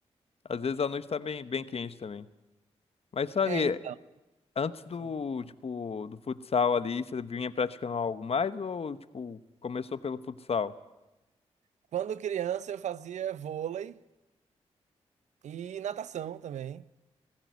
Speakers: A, on the left (about 55°); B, on the right (about 80°).
A: às vezes a noite tá bem, bem quente também. Mas sabe,
B: É, então.
A: antes do,
B: Enfim.
A: tipo, do futsal ali, você vinha praticando algo mais ou, tipo, começou pelo futsal?
B: Quando criança eu fazia vôlei e natação também.